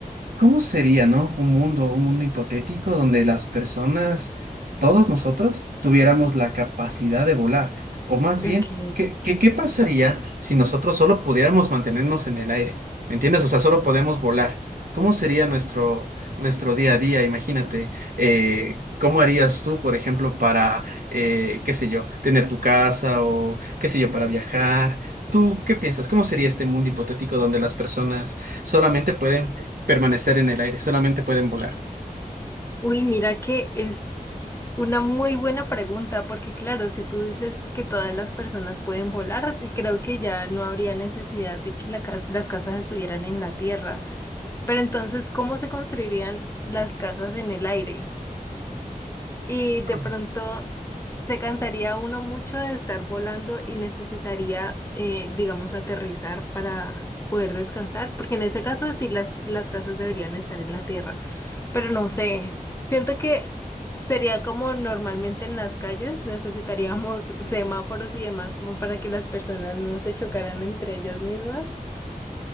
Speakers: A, on the right; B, on the left.
A: ¿Cómo sería, no? Un mundo, un mundo hipotético donde las personas, todos nosotros, tuviéramos la capacidad de volar. O más bien,
B: ok.
A: ¿qué, qué, qué pasaría si nosotros solo pudiéramos mantenernos en el aire? ¿Me entiendes? O sea, solo podemos volar. ¿Cómo sería nuestro, nuestro día a día? Imagínate, eh, ¿cómo harías tú, por ejemplo, para, eh, qué sé yo, tener tu casa o, qué sé yo, para viajar? ¿Tú qué piensas? ¿Cómo sería este mundo hipotético donde las personas solamente pueden permanecer en el aire, solamente pueden volar.
B: Uy, mira que es una muy buena pregunta, porque claro, si tú dices que todas las personas pueden volar, te- creo que ya no habría necesidad de que la ca- las casas estuvieran en la tierra. Pero entonces, ¿cómo se construirían las casas en el aire? Y de
A: Ajá.
B: pronto se cansaría uno mucho de estar volando y necesitaría, eh, digamos, aterrizar para poder descansar, porque en ese caso sí las, las casas deberían estar en la tierra. Pero no sé, siento que sería como normalmente en las calles, necesitaríamos semáforos y demás como para que las personas no se chocaran entre ellas mismas.